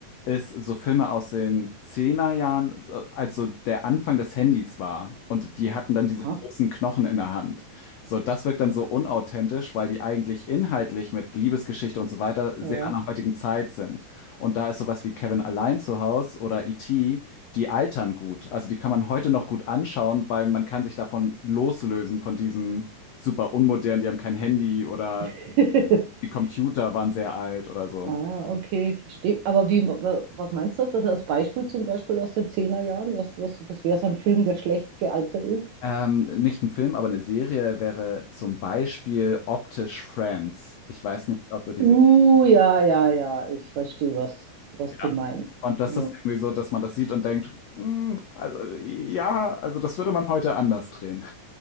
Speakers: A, on the left; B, on the right.
A: ist so Filme aus den Zehnerjahren, er so- als so der Anfang des Handys war und die hatten dann diese
B: <laughs> Aha,
A: großen Knochen in der Hand. So, das wirkt dann so unauthentisch, weil die eigentlich inhaltlich mit Liebesgeschichte und so weiter
B: ja.
A: sehr an der heutigen Zeit sind. Und da ist sowas wie Kevin allein zu Haus oder E.T., die altern gut. Also die kann man heute noch gut anschauen, weil man kann sich davon loslösen, von diesen super unmodernen, die haben kein Handy oder
B: <laughs>
A: die Computer waren sehr alt oder so.
B: Ah, okay, verstehe. Aber wie, wa- was meinst du jetzt? Also als Beispiel zum Beispiel aus den Zehnerjahren? was, was, was wäre so ein Film, der schlecht gealtert ist?
A: Ähm, nicht ein Film, aber eine Serie wäre zum Beispiel optisch Friends. Ich weiß nicht, ob du die
B: Uh,
A: Serie.
B: ja, ja, ja, ich verstehe, was, was du
A: Ja.
B: meinst.
A: Und das
B: Ja.
A: ist irgendwie so, dass man das sieht und denkt, "Hm, also ja, also das würde man heute anders drehen.